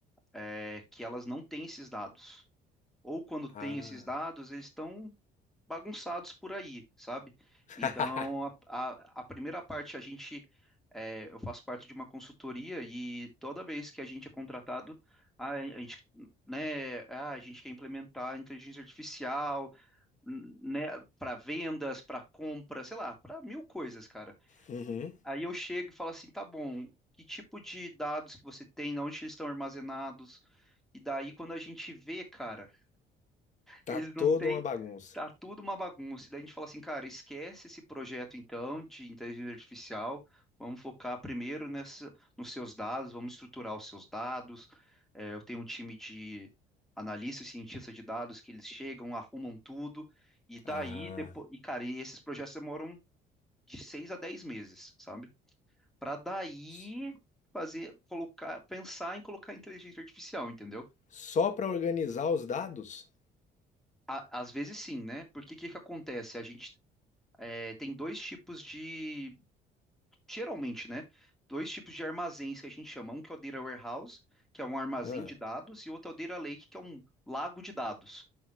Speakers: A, in the centre; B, on the left (about 45°).
A: é que elas não têm esses dados ou quando tem
B: ah.
A: esses dados, eles estão bagunçados por aí, sabe?
B: <laughs>
A: Então, a, a, a primeira parte, a gente, é, eu faço parte de uma consultoria e toda vez que a gente é contratado, a, a gente, né, ah, a gente quer implementar inteligência artificial, n- né, para vendas, para compra, sei lá, para mil coisas, cara.
B: Uhum.
A: Aí eu chego e falo assim, tá bom, que tipo de dados que você tem, onde eles estão armazenados? E daí, quando a gente vê, cara.
B: Tá
A: Eles
B: toda
A: não têm.
B: uma bagunça.
A: Tá tudo uma bagunça. E daí a gente fala assim, cara, esquece esse projeto então de inteligência artificial. Vamos focar primeiro nessa, nos seus dados, vamos estruturar os seus dados. É, eu tenho um time de analistas e cientistas de dados que eles chegam, arrumam tudo. E daí,
B: Ah,
A: depois, e cara, e esses projetos demoram de seis a dez meses, sabe? Para daí
B: s-
A: fazer, colocar, pensar em colocar inteligência artificial, entendeu?
B: só para organizar os dados?
A: A- Às vezes sim, né? Porque o que que acontece? A gente É, tem dois tipos de, geralmente, né? Dois tipos de armazéns que a gente chama. Um que é o Data Warehouse, que é um armazém
B: Ah,
A: de dados, e outro é o Data Lake, que é um lago de dados.